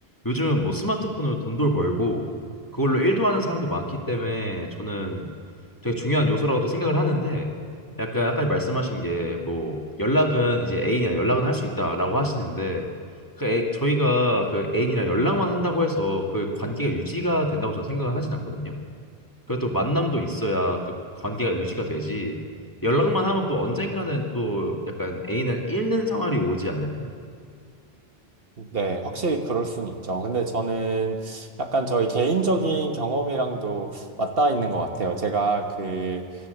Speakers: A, on the left; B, on the right.
A: 요즘은 뭐 스마트폰으로 돈도 벌고, 그걸로 일도 하는 사람도 많기 때문에, 저는 되게 중요한 요소라고 또 생각을 하는데, 약간 아까 말씀하신 게, 뭐, 연락은 이제 애인이랑 연락은 할 수 있다라고 하시는데, 그 애, 저희가 그 애인이랑 연락만 한다고 해서 그 관계가 유지가 된다고 저는 생각을 하진 않거든요. 그래도 만남도 있어야 그 관계가 유지가 되지. 연락만 하면 또 언젠가는 또 약간 애인을 잃는 생활이 오지 않을까요?
B: 네, 확실히 그럴 수는 있죠. 근데 저는 약간 저희 개인적인 경험이랑도 맞닿아 있는 것 같아요. 제가 그